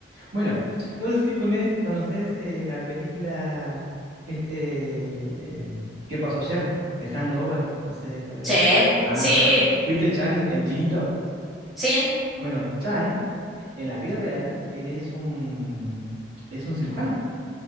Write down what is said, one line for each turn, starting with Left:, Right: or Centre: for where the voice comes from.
Right: Bueno, no sé si cones- conoces eh, la película este ¿Qué pasó ayer? de Hangover, no sé, es el-
Centre: Sí,
Right: ajá,
Centre: sí,
Right: bueno. ¿Viste Chang, el chinito?
Centre: sí.
Right: Bueno, Chang en la vida real él es un es un cirujano,